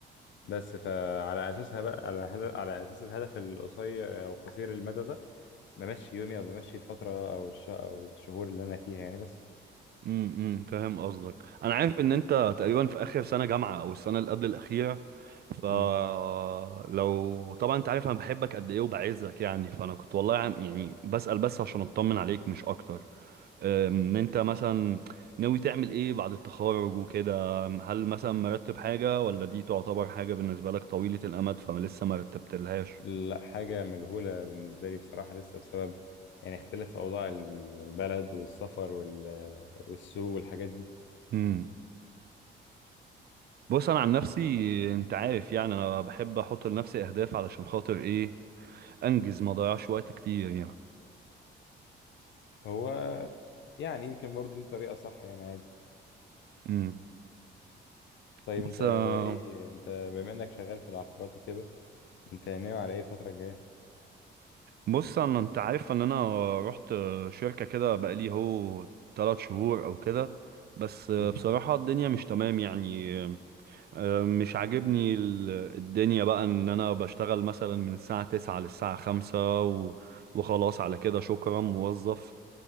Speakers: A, on the left (about 70°); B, on the right (about 55°).
A: بس فعلى أساسها بقى على هدف على أساس الهدف القصير أو قصير المدى ده بمشي يومي أو بمشي الفترة أو الش أو الشهور اللي أنا فيها يعني بس
B: امم امم فاهم قصدك انا عارف ان انت تقريبا في اخر سنة جامعة او السنة اللي قبل الاخيرة فلو
A: مم.
B: طبعا انت عارف انا بحبك قد ايه وبعزك يعني فانا كنت والله عم- يعني بسأل بس عشان اطمن عليك مش اكتر ان انت مثلا ناوي تعمل ايه بعد التخرج وكده هل مثلا مرتب حاجة ولا دي تعتبر حاجة بالنسبة لك طويلة الامد فما لسه ما رتبتلهاش
A: لا حاجة مجهولة بالنسبة لي بصراحة لسه بسبب يعني اختلاف أوضاع ال- البلد والسفر وال- والسوق والحاجات دي
B: امم بص انا عن نفسي انت عارف يعني انا بحب احط لنفسي اهداف علشان خاطر ايه انجز ما اضيعش وقت كتير يعني
A: هو يعني يمكن برضو دي طريقة صح يعني عادي
B: امم
A: طيب
B: بص
A: انت
B: آه،
A: ايه انت بما انك شغال في العقارات وكده انت ناوي على ايه الفترة الجاية؟
B: بص انا انت عارف ان انا رحت شركة كده بقالي هو تلات شهور او كده بس بصراحة
A: مهم.
B: الدنيا مش تمام يعني آه، مش عاجبني ال- الدنيا بقى ان انا بشتغل مثلا من الساعة تسعة للساعة خمسة و... وخلاص على كده شكرا موظف